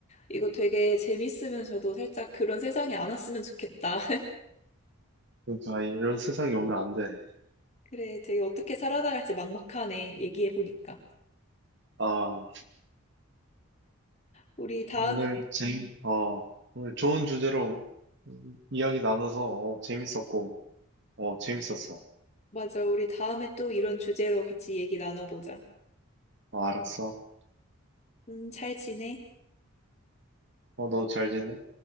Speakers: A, on the left; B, on the right.
A: 이거 되게 재밌으면서도 살짝 그런 세상이 안 왔으면 좋겠다.
B: 그러니까 이런 세상이 오면 안 돼.
A: 그래, 되게 어떻게 살아나갈지 막막하네, 얘기해보니까.
B: 아,
A: 우리 다음에,
B: 오늘 재미,
A: 음,
B: 어, 오늘 좋은 주제로 이야기 나눠서 어, 재밌었고, 어, 재밌었어.
A: 맞아, 우리 다음에 또 이런 주제로 같이 얘기 나눠보자.
B: 어, 알았어.
A: 음, 잘 지내?
B: 어, 너 잘 지내?